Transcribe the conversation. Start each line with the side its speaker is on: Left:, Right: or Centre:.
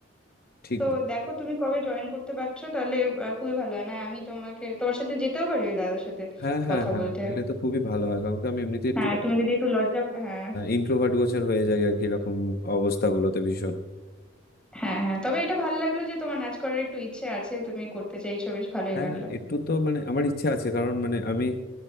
Left: ঠিক
Centre: তো
Left: ব-
Centre: দেখো তুমি কবে জয়েন করতে পারছো তাহলে আহ, খুবই ভালো হয় না আমি তোমাকে তোমার সাথে যেতেও পারি ওই দাদার সাথে
Left: হ্যাঁ হ্যাঁ
Centre: কথা
Left: হ্যাঁ
Centre: বলতে
Left: এলে তো খুবই ভালো হয় কারণ কি আমি এমনিতে একটু
Centre: হ্যাঁ তুমি যদি একটু লজ্জা হ্যাঁ
Left: ইন্ট্রোভার্ট গোছের হয়ে যাই আর কি এরকম অবস্থাগুলোতে ভীষণ
Centre: হ্যাঁ হ্যাঁ তবে এটা ভালো লাগলো যে তোমার নাচ করার একটু ইচ্ছে আছে তুমি করতে চাইছো বেশ ভালোই
Left: হ্যাঁ
Centre: লাগলো
Left: একটু তো মানে আমার ইচ্ছা আছে কারণ মানে আমি